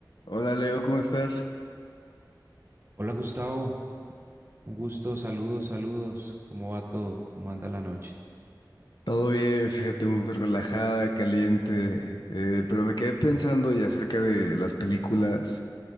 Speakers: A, on the left; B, on the right.
A: Hola Leo, ¿cómo estás?
B: Hola Gustavo, un gusto, saludos, saludos. ¿Cómo va todo? ¿Cómo anda la noche?
A: Todo bien, fíjate, muy relajada, caliente, eh, pero me quedé pensando y acerca de las películas.